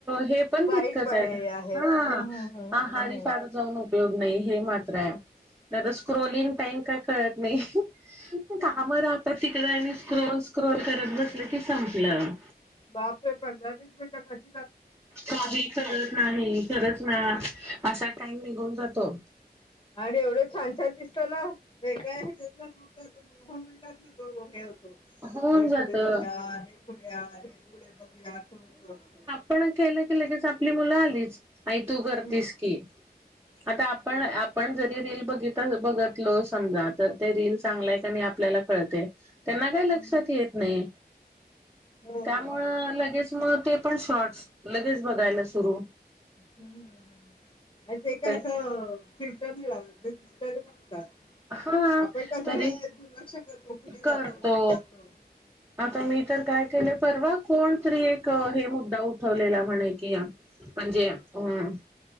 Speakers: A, on the right (about 15°); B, on the left (about 30°).
A: हे पण
B: वाईट
A: तितकंच
B: पण
A: आहेत
B: हे
A: हा.
B: हम्म, हम्म, हम्म,
A: आहारी सार
B: हम्म.
A: जाऊ न -- उपयोग नाही हे मात्र आहे नाहीतर स्क्रोलिंग
B: हम्म,
A: टाईम काय कळत नाही.
B: हम्म.
A: काम राहतात तिकड स्क्रोल स्क्रोल करत बसलं की संपलं.
B: बापरे पंधरा वीस मिनटं बस
A: काही कळत नाही खरच ना असा टाइम निघून जातो.
B: आणि एवढं छान छान दिसत ना वेगळ हेज्यात जाऊन <unintelligible> मोह म्हणतात ना गो हे होतो.
A: होऊन
B: हे
A: जात
B: पुढे जाऊया हे पुढे हे पुढे बघूया असं होत अस.
A: पण केलं की लगेच आपली मुलं आलीच आई तू करतीस
B: हम्म
A: की.
B: हम्म
A: आता आपण आपण जरी रील बघीत बघितलो समजा तर ते रील चांगला आहे की नई आपल्याला कळते त्यांना काय लक्षात
B: हम्म
A: येत नाही.
B: हो हो
A: त्यामुळ
B: हो हो
A: लगेच मग ते पण शॉर्टस लगेच बघायला सुरू.
B: हम्म ह् अ ते ते काय
A: तर
B: असं फिल्टर नाही लावत ते दिसतय ते बघतात
A: हा
B: आपण कस हे
A: तरी
B: दुर्लक्ष करतो. पुढे
A: करतो.
B: जातो <inaudible>
A: आता मी तर काय केले परवा कोणतरी एक हे मुद्दा उठवलेला म्हणे की म्हणजे अम्